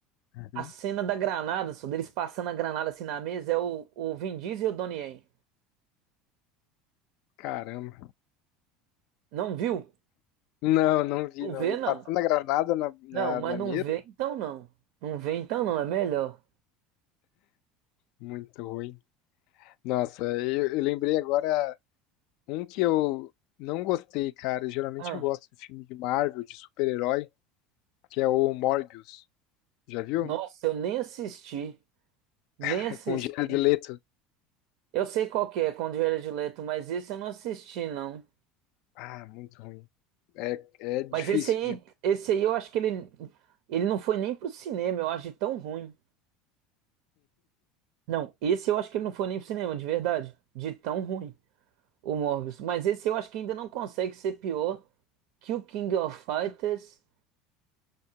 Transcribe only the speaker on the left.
uhum.
Caramba.
Não, não vi,
não
vi.
Passando a granada na, na,
na
mesa?
Muito ruim. Nossa, eu, eu lembrei agora um que eu não gostei, cara. Geralmente
eu gosto de filme de Marvel, de super-herói, que é o Morbius. Já viu?
<laughs>
Com o Jared Leto.
Ah, muito ruim. É, é difícil
de.